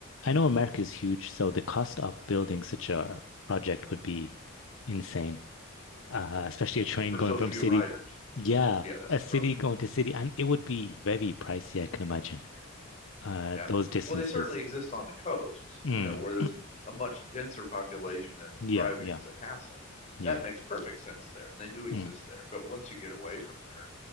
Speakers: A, on the left; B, on the left.
A: I know America is huge, so the cost of building such a project would be insane. uh, especially a train
B: for
A: going
B: so
A: from
B: few
A: city.
B: riders.
A: Yeah,
B: Yeah, that's
A: a
B: the
A: city
B: problem.
A: going to city, and it would be very pricey, I can imagine. Uh,
B: Yeah.
A: those distances.
B: Well, they certainly exist on the coasts,
A: Mm,
B: you know, where there's a much denser population and
A: yeah,
B: driving
A: Right. yeah,
B: is a hassle.
A: yeah.
B: That makes perfect sense there, and they do exist
A: Mm,
B: there. But once you get away from there,